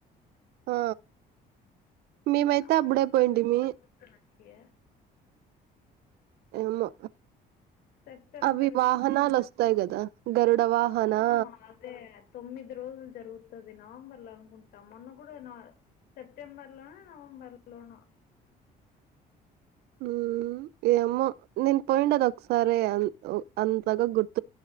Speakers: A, on the right (about 75°); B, on the left (about 65°).
A: ఆ మేమైతే
B: నవంబర్లో
A: అప్పుడే పోయింటిమి
B: అన్నట్టు గుర్తుఉంటివి నాకి
A: ఏమో
B: సెప్టెంబర్
A: అవి వాహనాలు వస్తాయి కదా గరుడ వాహనా
B: అవును అదే తొమ్మిది రోజులు జరుగుతది నవంబర్లు అనుకుంటాం మొన్న కూడా నా సెప్టెంబర్ లోను నవంబర్ లోను
A: ఉ హు ఏమో పోయింద ఒకసారి అ అంతగా గుర్తు